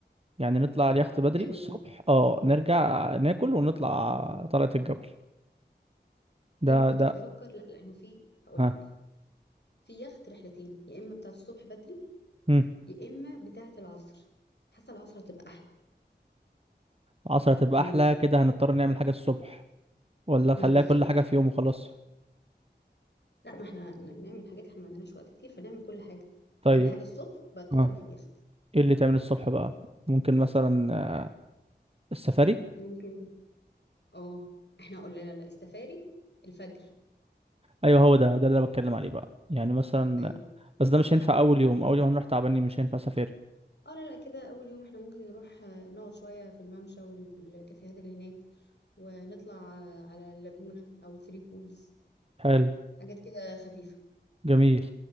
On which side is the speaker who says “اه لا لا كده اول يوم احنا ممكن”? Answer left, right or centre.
Left